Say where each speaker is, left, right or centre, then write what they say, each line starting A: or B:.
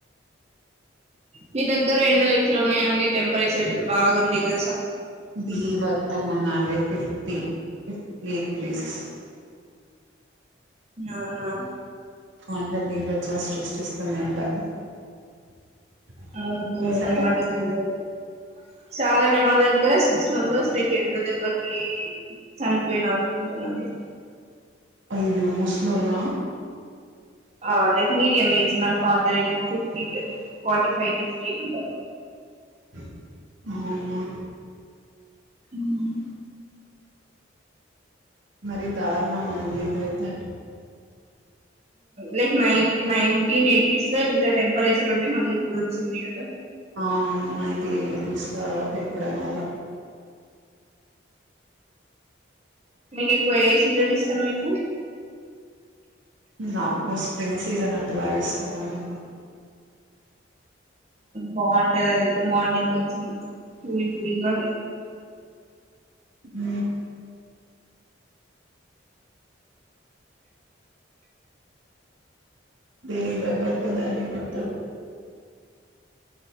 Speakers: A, on the right; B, on the right.
A: మీ దగ్గర ఎండలు ఎట్లా ఉన్నాయండి టెంపరేచర్ ఇప్పుడు బాగుంది. ఉడిగా
B: బి వసం ఉందండి, ఫిఫ్టీ ఫిఫ్టీ గ్రీస్
A: ఆవునా
B: అంటే బీభత్సం సృష్టిస్తుంది <unintelligible>
A: అవును పోరు
B: మీ సైడ్
A: మాట సరు పోరు చాలా నెమాదిగ్గరా సిక్స్ మెంబర్స్ లైక్ ఎండ్ర దెబ్బకి చనిపోయినారుకుంటున్నది.
B: అయ్యో ముసలోల్ల
A: ఆ లక్ మీడియం ఏజ్ మన ఫాదర్, ఇది ఒక ఫిఫ్టీ ప్, ఫార్టీ ఫైవ్ ఫిఫ్టీ ఉంటారు.
B: <unintelligible> ఆవునా
A: ఉమ్.
B: మరి దార్ల మండి అయితే
A: లైక్ నై నైన్టీన్ ఎయిటీస్ లో, ఇంత టెంపరేచర్ ఉండే మళ్ళీ ఇప్పుడు వచ్చింది. కదా
B: ఆ అవుయి. త తీసిన తర్వాత ఇప్పుడే మళ్ళ
A: మీకు ఎక్కువ ఏ సీజన్ ఇష్టం మీకు
B: నాకు స్ప్రింగ్ సీజన్ అంటే బాగా ఇష్టమండి.
A: బాగుంటది. అది మార్నింగ్ కొంచెం కూూల్ కూూల్గా
B: అ తని తగ్గట్టు, దాని పొత్తు